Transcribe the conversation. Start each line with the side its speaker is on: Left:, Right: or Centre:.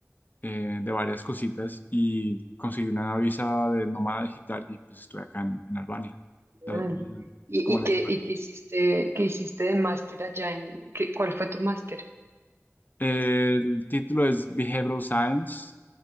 Left: eh, de varias cositas y conseguí una visa de nómada digital y pues estoy acá en, en Albania.
Right: Genial.
Left: O sea,
Right: ¿Y,
Left: es como
Right: y
Left: la-
Right: qué, y qué hiciste, qué hiciste de máster allá en... qué- cuál fue tu máster?
Left: El título es Behavioral Science,